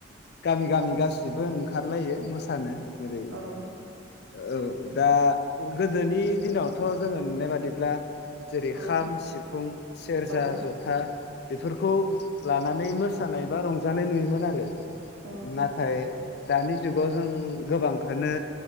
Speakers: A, on the left; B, on the right.
A: गामि गामि गासिबो ओंखारलायो मो सानो जेरै
B: औ
A: औ दा गोदोनि दिनावथ' जोङो नुनाय बादिब्ला जेरै
B: औ
A: खाम, सिफुं, सेरजा,
B: औ
A: जथा बेफोरखौ लानानै मो मोसानाय बा रंजानाय नुयोमोन आरो
B: औ
A: नाथाय दानि जुगाव जों गोबांखौनो